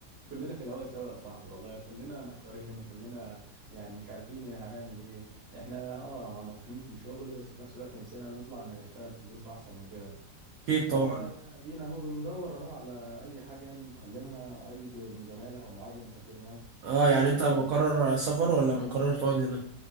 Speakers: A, on the right; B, on the right.
A: كلنا في الهوا سوا يا صاحبي والله كلنا محتارين وكلنا يعني مش عارفين هنعمل ايه احنا اه مطحونين في الشغل بس في نفس الوقت نفسنا نطلع نشتغل في ظروف احسن وكده فدينا
B: طبعا
A: اهو بندور اهو على اي حاجة نتعلمها اي د- زمالة او معادلة نسافرها
B: اه يعني
A: او
B: انت مقرر سفر ولا مقرر تقعد هنا